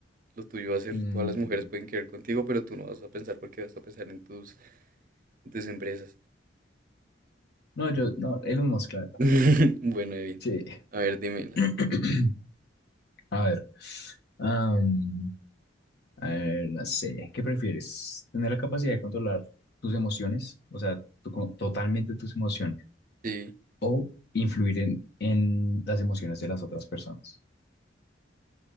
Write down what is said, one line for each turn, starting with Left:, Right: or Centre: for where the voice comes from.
Right: Lo tuyo va a ser,
Left: Mm,
Right: todas las mujeres pueden querer contigo, pero tú no vas a pensar porque vas a pensar en tus, en tus empresas.
Left: No, yo, no, Elon Musk, la verdad.
Right: <laughs> Bueno, bien.
Left: Sí.
Right: A ver, dímela.
Left: <clears throat> A ver. am, a ver, no sé. ¿Qué prefieres? ¿Tener la capacidad de controlar tus emociones? O sea, tu- co- totalmente tus emociones.
Right: Sí.
Left: o influir en, en las emociones de las otras personas.